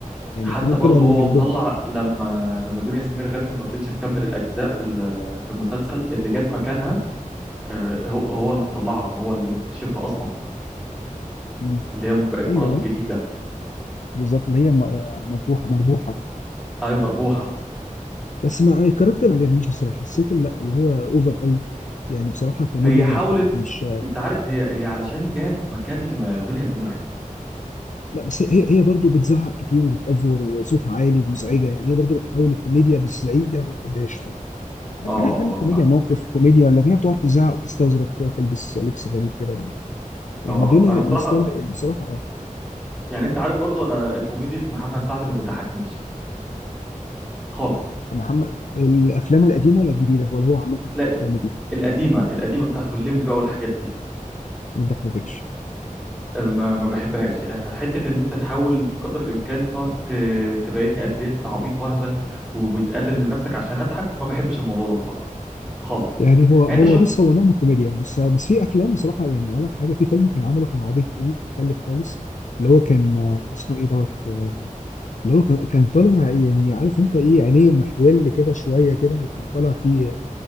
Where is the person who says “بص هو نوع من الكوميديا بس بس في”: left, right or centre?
Left